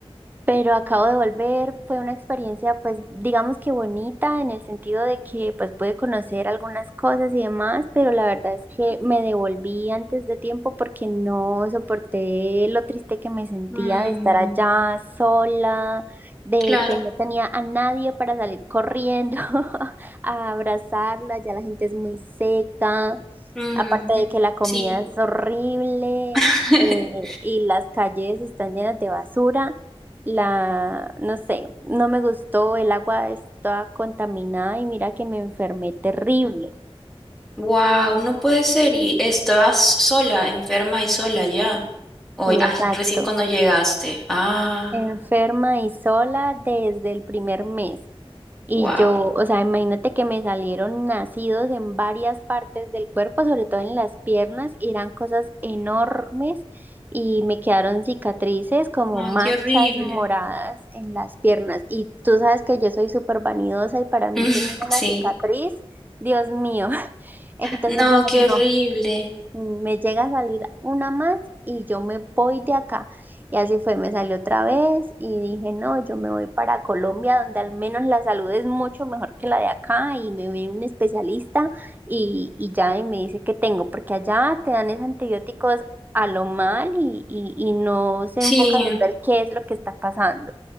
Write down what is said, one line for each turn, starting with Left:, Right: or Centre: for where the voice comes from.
Right: Pero acabo de volver, fue una experiencia pues digamos que bonita en el sentido de que pues pude conocer algunas cosas y demás, pero la verdad es que me devolví antes de tiempo porque no soporté lo triste que me sentía
Centre: ujú, mm,
Right: de estar allá sola, de
Centre: claro.
Right: que no tenía a nadie para salir corriendo <laughs> a abrazarla, ya la gente es muy seca,
Centre: mm,
Right: aparte de que la comida
Centre: sí.
Right: es horrible.
Centre: <laughs>
Right: eh, y las calles están llenas de basura. La, no sé, no me gustó, el agua estaba contaminada y mira que me enfermé terrible.
Centre: Wow, no puede ser. Y estabas sola, enferma y sola ya. Hoy,
Right: Sí,
Centre: ay,
Right: exacto.
Centre: recién cuando llegaste. Ah,
Right: Enferma y sola desde el primer mes. Y
Centre: wow.
Right: yo, o sea, imagínate que me salieron nacidos en varias partes del cuerpo, sobre todo en las piernas, y eran cosas enormes y me quedaron cicatrices como
Centre: Ay,
Right: manchas
Centre: qué horrible.
Right: moradas en las piernas. Y tú sabes que yo soy súper vanidosa y para mí
Centre: <laughs>
Right: tener una
Centre: Sí.
Right: cicatriz, Dios mío. Entonces
Centre: No,
Right: dije,
Centre: qué
Right: no,
Centre: horrible.
Right: mm, me llega a salir una más y yo me voy de acá. Y así fue, me salió otra vez y dije, no, yo me voy para Colombia, donde al menos la salud es mucho mejor que la de acá y me ve un especialista y, y ya y me dice qué tengo, porque allá te dan esos antibióticos a lo mal y, y, y no se
Centre: Sí.
Right: enfocan en ver qué es lo que está pasando.